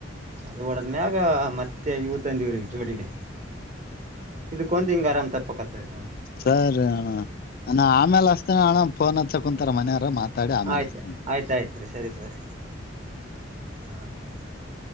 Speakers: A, on the right; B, on the left.
A: ಅದು ಹೊಡದಮ್ಯಾಗ ಮತ್ತೆ ಇವ ತಂದೀವ್ರಿ ಜೋಡಿಲಿ. ಇದಕ್ಕೊಂದ್ ಹಿಂಗ್ ಆರಾಮ್ ತಪ್ಪಕತ್ತದರಿ ಹಿನೊಂದ.
B: ಸರಿ ಅಣ ಅಣ್ಣ ಆಮ್ಯಾಲ ಹಸ್ತೇನ ಅಣ್ಣ ಫೋನ್ ಹಚ್ಚ ಕುಂತರ ಮನೆಯವರ ಮಾತಾಡಿ ಆಮ್ಯಾಲ
A: ಆಯ್ತ್
B: ಹಸ್ತಿನಿ.
A: ಆಯ್ತ್ ಆಯ್ತ್ರಿ ಸರಿ ತೋರಿ ಹಾ ರಿ